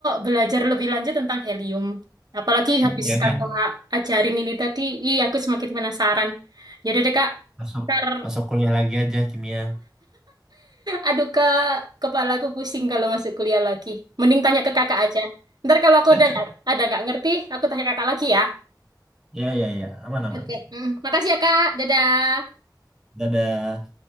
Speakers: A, on the right (about 60°); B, in the centre.
A: belajar lebih lanjut tentang helium. Apalagi habis
B: Ya udah,
A: kakak ajarin ini tadi, ih aku semakin penasaran. Yaudah deh kak,
B: masuk
A: ntar.
B: masuk kuliah lagi aja kimia.
A: Aduh kak, kepala aku pusing kalau masuk kuliah lagi. Mending tanya ke kakak aja. Ntar kalau aku
B: <laughs>
A: ada ada nggak ngerti, aku tanya kakak lagi ya.
B: Ya, ya, ya. Aman, aman.
A: Oke. Mm, Makasih ya kak, dadah.
B: Dadah.